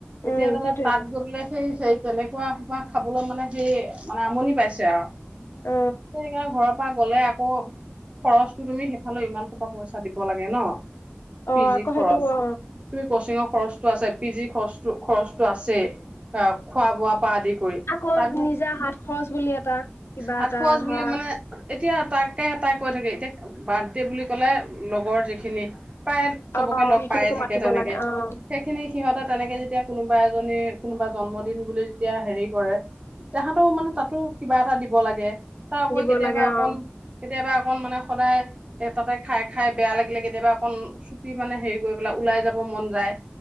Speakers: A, on the right; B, on the left.
A: এতিয়া
B: উম
A: তাৰমানে
B: সেইটোয়েতো
A: তাত গলে সেই সেই তেনেকুৱা মোপা খাবলৈ মানে সেই মানে আমনি পাইছে আৰু।
B: অ
A: মেইয়া ঘৰত পৰা গলে আকৌ খৰচো তুমি সেইফালে ইমান সোপা পইচা দিব লাগে ন। পি
B: অ
A: জি
B: আকৌ
A: খৰচ
B: সেইটো অ
A: তুমি কোচিংৰ খৰচ। আছে পিজি খৰচ খৰচটো আছে আ খোৱা বোৱা পৰা আদি কৰি
B: আাকৌ
A: তাৰপিছত
B: নিজা হাত খৰচ বুলি এটা কিবা
A: হাত
B: এটা
A: খৰচ
B: ধৰা
A: বুলি মানে এতিয়া তাকে টাই কৈ থাকে এতিয়া বাৰদে বুলি কলে লগৰ যিখিনি প্ৰায়
B: অ
A: চবকে লগ
B: সেইখিনিকো
A: পায়ে থাকে
B: মাতিব
A: তেনেকে
B: লাগে অ
A: সেইখিনি সিহঁতে তেনেকে যেতিয়া কোনো কোনোবা এজনী কোনোবা জন্মদিন বুলি যেতিয়া হেৰি কৰে তাহাঁতো মানে তাতো কিবা এটা দিব লাগে তাৰ উপৰি
B: দিব
A: কেতিয়াবা
B: লাগে
A: অকন
B: অ
A: কেতিয়াবা অকণ মানে সদায় এ তাতে খাই খাই বেয়া লাগিলে কেতিয়াবা অকণ ছুটি মানে হেৰি কৰি পেলাই ওলাই যাব মন যায়